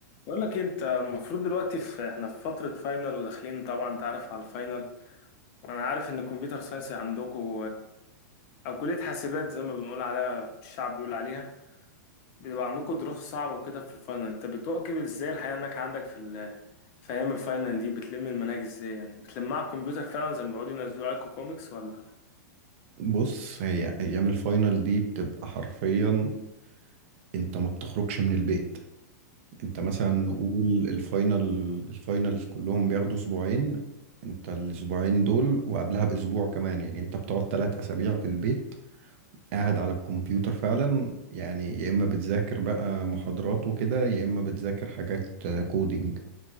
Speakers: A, on the left (about 30°); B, on the right (about 45°).
A: بقول لك انت المفروض دلوقتي في احنا في فترة فاينل وداخلين طبعا انت عارف على الفاينل وانا عارف ان الكمبيوتر ساينس عندكم او كلية حاسبات زي ما بنقول عليها الشعب بيقول عليها بيبقى عندكم دراسة صعبة وكده في الفاينل انت بتواكب ازاي الحياة انك عندك في ال... في ايام الفاينل دي بتلم المناهج ازاي يعني بتلمها على الكمبيوتر فعلا زي ما بيقعدوا ينزلوا عليكم كوميكس ولا
B: بص هي ايام الفاينل دي بتبقى حرفيا انت ما بتخرجش من البيت انت مثلا نقول الفاينل الفاينلز كلهم بياخدوا اسبوعين انت الاسبوعين دول وقبلها باسبوع كمان يعني انت بتقعد ثلاث اسابيع في البيت قاعد على الكمبيوتر فعلا يعني يا اما بتذاكر بقى محاضرات وكده يا اما بتذاكر حاجات كودينج